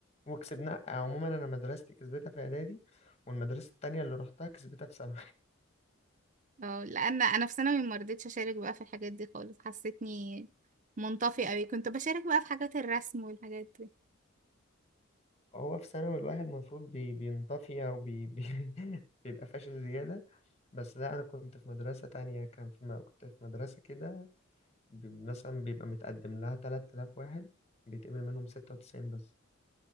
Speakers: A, on the left; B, on the right.
A: وكسبناه عموما انا مدرستي كسبتها في اعدادي والمدرسه التانية اللي رحتها كسبتها في ثانوي
B: اه لان انا في ثانوي ما رضيتش اشارك بقى في الحاجات دي خالص حسيتني منطفي قوي كنت بشارك بقى في حاجات الرسم والحاجات دي
A: هو في ثانوي الواحد المفروض بي بينطفي او بي بي <laughs> بيبقى فاشل زيادة بس لا انا كنت في مدرسة تانية كان في م- كنت في مدرسة كده بي- مثلا بيبقى متقدم لها 3000 واحد بيتقبل منهم 96 بس